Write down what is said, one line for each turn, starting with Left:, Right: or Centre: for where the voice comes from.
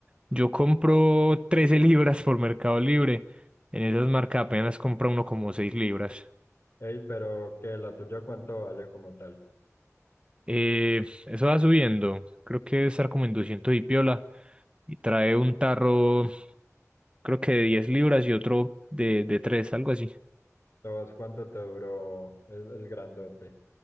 Right: yo compro 13 libras por Mercado Libre, en esas marcas apenas compra uno como 6 libras.
Left: Ey, pero que la tuya cuánto vale como tal,
Right: Eh, eso va subiendo. Creo que debe estar como en 200 y piola. Y trae un tarro, creo que de 10 libras y otro de, de 3, algo así.
Left: ¿Sabes cuánto te duró el, el grandote,